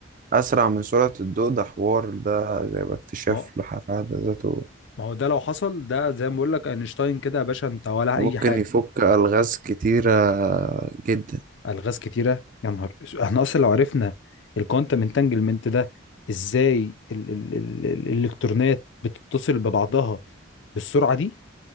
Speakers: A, on the right (about 40°); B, on the left (about 65°).
A: اسرع من سرعة الضوء ده حوار ده يبقى اكتشاف
B: ما هو
A: لح- في حد ذاته
B: ما هو ده لو حصل ده زي ما بقول لك اينشتاين كده يا باشا انت ولا
A: ده
B: اي
A: ممكن
B: حاجه
A: يفك الغاز كتيرة جدا
B: الغاز كتيره يا نهار أسود. احنا اصلا لو عرفنا الكوانتم انتانجلمنت ده ازاي ال... ال... ال... ال- الالكترونات بتتصل ببعضها بالسرعه دي